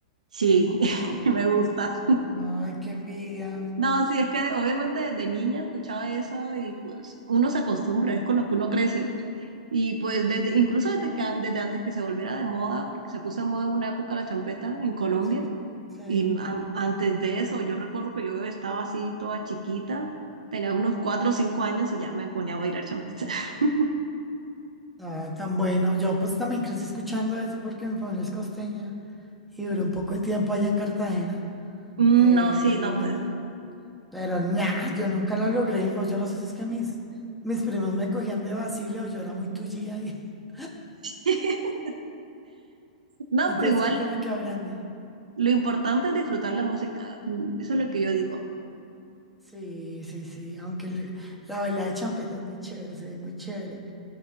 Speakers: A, on the right; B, in the centre.
A: Sí, <laughs> me gusta.
B: Ay, qué envidia.
A: No, sí, es que obviamente desde niña escuchaba eso y pues uno se acostumbra, es con lo que uno crece. Y pues desde, incluso desde que, an- desde antes que se volviera de moda, porque se puso de moda en una época la champeta en Colombia.
B: Sí, sí.
A: Y a- antes de eso, yo recuerdo que yo estaba así toda chiquita, tenía unos cuatro o cinco años y ya me ponía a bailar champeta. <laughs>
B: Ay, tan bueno. Yo pues también crecí escuchando eso porque mi familia es costeña y duré un poco de tiempo allá en Cartagena
A: Mm,
B: eh,
A: No, sí,
B: viviendo.
A: no, pues.
B: Pero nada, yo nunca la logré. O yo no sé si es que mis, mis primos me cogían de vacile o yo era muy tullía y <laughs>
A: <laughs> No,
B: entonces
A: pero igual
B: siempre me quedó grande.
A: lo importante es disfrutar la música. Mm, Eso es lo que yo digo.
B: Sí, sí, sí. Aunque le- la baila de champeta es muy chévere, se ve muy chévere.